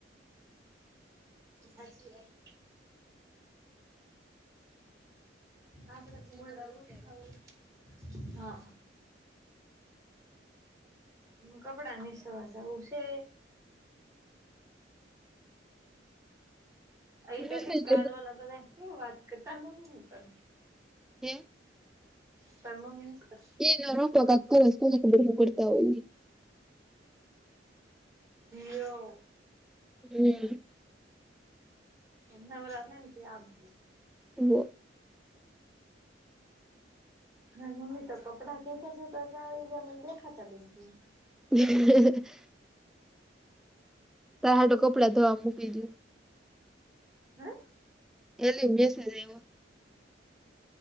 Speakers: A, on the right; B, in the centre.
A: હાચી વાત આપડે તો મળું <unintelligible> હા હ કપડા નીસોવા જવું છે અહી
B: હોય
A: તો ઠીક
B: ત્યારે
A: કાલવાલ બધ વાત હુ વાત કરતાર તારી મમ્મી હુ કરે
B: હમ્મ
A: ટાર મમ્મી હુ કરે
B: <unintelligible> કરતા હોયે
A: યો
B: હમ્મ
A: નવરા થાય ને <unintelligible>
B: હાલો
A: ના મમ્મી તો કપડા ધોતા ધોતા આવીજ ગ્યા <unintelligible>
B: <inaudible> ટાર હારું કપડાં ધોવા મૂકી ગ્યા
A: <inaudible>
B: એલી નુ મેસેંજ આયવો